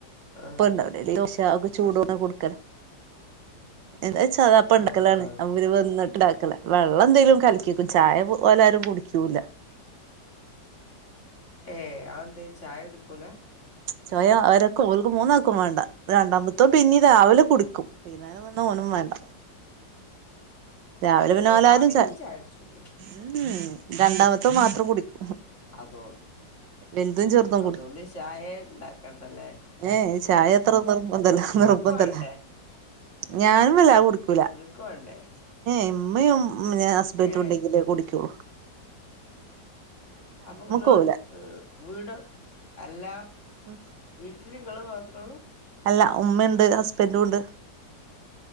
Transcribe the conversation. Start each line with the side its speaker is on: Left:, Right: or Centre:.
Left: ആഹ്
Right: ഇപ്പ ഇണ്ടാവില്ലേ ഇഡലി യോശ അവക്ക് ചൂട ഒന്ന കൊടുക്കല എന്താച്ചാതാ അപ്പ
Left: ആഹ്
Right: ഉണ്ടക്കലാണ് അവര് വന്നിട്ട് ഇണ്ടാക്കല വെള്ളം എന്തെങ്കലും കലക്കി ചായ ഓലരും കുടിക്കൂല
Left: ഏയ് അതെന്തേ ചായ കുടിക്കൂല്ല
Right: ചോയ അവരൊക്കെ ഓക്ക് മൂന്നാക്കും വേണ്ട രണ്ടാമത്തും പിന്നീ രാവിലെ കുടിക്കും ഞും വന്ന ഓന്നും വേണ്ട രാവിലെ പി നാലായിരും
Left: ഏഹ് രാവിലിം
Right: ച
Left: ചായ കുടിച്ചൂടെ
Right: ഉ രണ്ടാമത്തെ മാത്രം കുടിക്കും
Left: അതോ
Right: വലുതും
Left: ഉം
Right: ചെറുതും
Left: അതുകൊണ്ട് ചായ ഉണ്ടാക്കണ്ടല്ലേ
Right: ഏയ് ചായ അത്ര നിർഭന്തല്ലോ നിർബന്തല്ല
Left: വേണ്ടേ
Right: ഞാനുംല്ല ആ കുടിക്കൂല
Left: നിങ്ങക്ക് വേണ്ടേ
Right: ഇമ്മയും ഹസ്ബൻറും
Left: ഏഹ്
Right: ഉണ്ടെങ്കിലെ കുടികുളൂ
Left: അപ്പൊ നിങ്ങള്
Right: പോവൂല
Left: വീട് അല്ല
Right: ആഹ
Left: വീട്ടിൽ നിങ്ങെ മാത്രേ ഉള്ളു
Right: അല്ല ഉമ്മുണ്ട് ഹസ്ബൻന്റു ഉണ്ട്